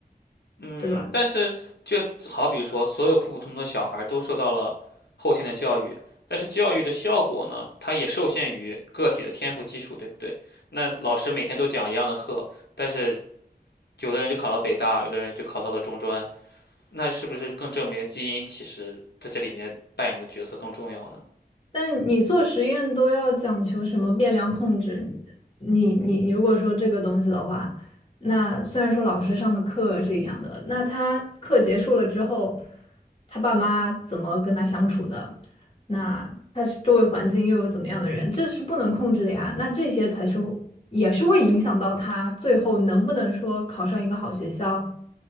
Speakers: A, on the left; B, on the left.
A: 嗯，
B: 对吧？
A: 但是就好比说，所有普普通通的小孩儿都受到了后天的教育，但是教育的效果呢，它也受限于个体的天赋基础，对不对？那老师每天都讲一样的课，但是有的人就考了北大，有的人就考到了中专，那是不是更证明基因其实在这里面扮演的角色更重要呢？
B: 但你做实验都要讲求什么变量控制？你你你如果说这个东西的话，那虽然说老师上的课是一样的，那他课结束了之后，他爸妈怎么跟他相处的？那他是周围环境又有怎么样的人？这是不能控制的呀。那这些才是会也是会影响到他最后能不能说考上一个好学校，